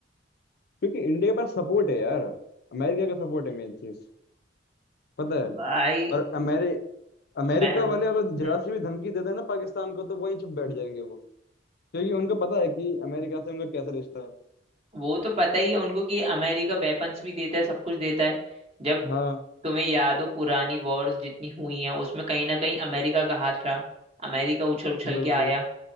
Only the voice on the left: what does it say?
क्योंकि इंडिया के पास सपोर्ट है यार अमेरिका का सपोर्ट है मेन चीज पता
है और अमेरि अमेरिका
वाले अगर
जरा सी भी धमकी दे देना ना पाकिस्तान को तो वहीं चुप बैठ जाएंगे वो क्योंकि उनको पता है कि अमेरिका से उनका कैसा रिश्ता है
हाँ
बिल्कुल